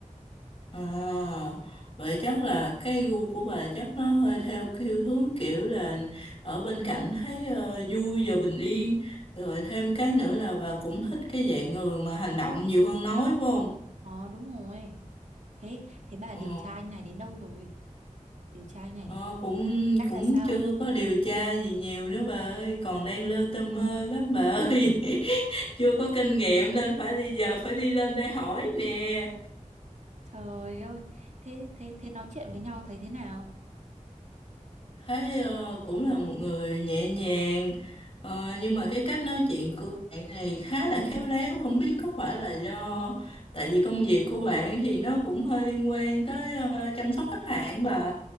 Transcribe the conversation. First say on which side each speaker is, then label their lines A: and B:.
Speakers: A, on the left; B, on the right.
A: À, vậy chắc là cái gu của bà chắc nó hơi theo kiểu hướng kiểu là ở bên cạnh thấy ờ, vui và bình yên. Rồi thêm cái nữa là bà cũng thích cái dạng người mà hành động nhiều hơn nói phải không?
B: ờ đúng rồi thế thế bà
A: Ờ,
B: điều tra anh này đến đâu rồi điều tra anh này
A: ờ,
B: đến đâu
A: cũng
B: tính cách
A: cũng
B: ra sao
A: chưa có điều tra gì nhiều nữa bà ơi, còn đang lơ tơ mơ lắm bà ơi. <laughs> Chưa có kinh nghiệm nên phải đi giờ phải đi lên đây hỏi nè.
B: trời ơi thế thế thế nói chuyện với nhau thấy thế nào
A: thấy ờ, cũng là một người nhẹ nhàng ờ, nhưng mà cái cách nói chuyện của bạn này khá là khéo léo không biết có phải là do tại vì công việc của bạn thì nó cũng hơi liên quan tới ờ, chăm sóc khách hàng bà